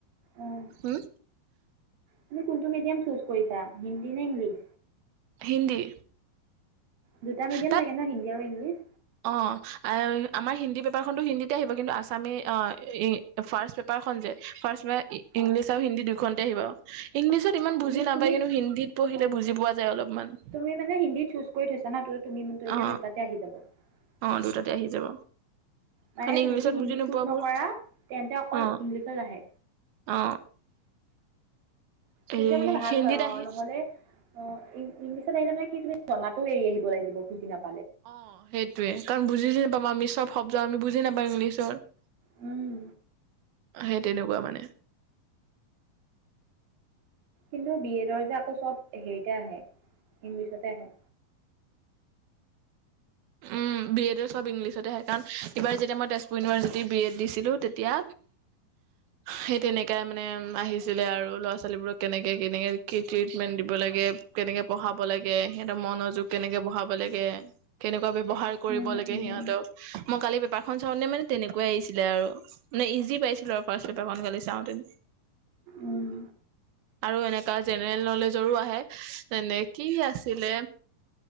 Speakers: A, on the right; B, on the right.
A: অ',
B: হুম।
A: তুমি কোনটো মিডিয়াম চুজ কৰিছা হিন্দী নে ইংলিছ?
B: হিন্দী।
A: দুটা মিডিয়াম
B: তাত
A: থাকে ন' হিন্দী আৰু ইংলিছ?
B: অ আমাৰ হিন্দী পেপাৰখনতো হিন্দীতে আহিব কিন্তু আছামী অ এ ফাৰ্ষ্ট পেপাৰ খন যে ফাৰ্ষ্ট এ
A: অ',
B: ইংলিছ আৰু হিন্দী কনতে আহিব ইংলিছত ইমান
A: তুমি
B: বুজি নাপায়
A: তুমি
B: কিন্তু হিন্দীত পঢ়িলে
A: অ',
B: বুজি পোৱা যায় অলপমান
A: তুমি মানে হিন্দী চুজ কৰি থৈছা ন তো তুমি ম এতিয়া
B: অ
A: দুটাতে আহি যাব
B: অ
A: উম
B: দুটাতে আহি যাব
A: মানে
B: কাৰণ
A: তুমি
B: ইংলিছত
A: যদি হিন্দী
B: বুজি নোপোৱাবোৰ
A: চুজ নকৰা তেন্তে অকল
B: অ
A: ইংলিছত আহে
B: অ হেৰি
A: তেতিয়া মানে ভাল
B: হিন্দীত
A: হয় অ
B: আহি
A: নহ'লে অ ইংলিছত আহিলে মানে কি তুমি জনাতো এৰি আহিব লাগিব বুজি নাপা
B: অ সেইটোয়ে কাৰণ বুজি চু নাপাব আমি চব শব্দ আমি বুজি নাপাওঁ ইংলিছত
A: উম,
B: সেই তেনেকুৱা মানে,
A: কিন্তু বি-এডৰ যে আকৌ চব হেৰিতে আহে, ইংলিছতে আহে।
B: উম, বি -এডো চব ইংলিছতহে হয় কাৰণ এইবাৰ যেতিয়া মই তেজপুৰ ইউনিভাৰ্চিটিৰ বি - এড, দিছিলো তেতিয়া সেই তেনেকাই মানে আহিছিলে আৰু ল'ৰা ছোৱালীবোৰক কেনেকে- কেনেকে কি ট্ৰিটমেণ্ট দিব লাগে, কেনেকে পঢ়াব লাগে সিহঁতৰ মনোযোগ কেনেকে বঢ়াব লাগে।, কেনেকুৱা ব্যৱহাৰ কৰিব
A: উম,
B: লাগে
A: উম,
B: সিহঁতক, মই কালি, পেপাৰ খন চাওঁতে মানে তেনেকুৱাই আহিছিলে আৰু মানে ইজি পাইছিলো আৰু ফাষ্ট পেপাৰখন মেলি চাওঁতে,
A: উম।
B: আৰু এনেকুৱা জেনেৰেল নলেজৰো আহে যেনে কি আছিলে